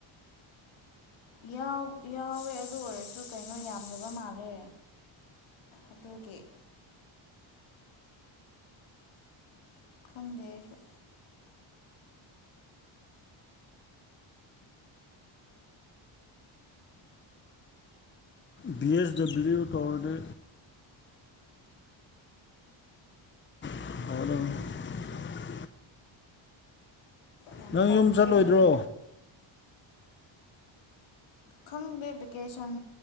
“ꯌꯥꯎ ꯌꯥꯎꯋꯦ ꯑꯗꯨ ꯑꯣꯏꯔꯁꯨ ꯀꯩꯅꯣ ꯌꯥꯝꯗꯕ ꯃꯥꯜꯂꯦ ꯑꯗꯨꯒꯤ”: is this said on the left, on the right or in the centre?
Left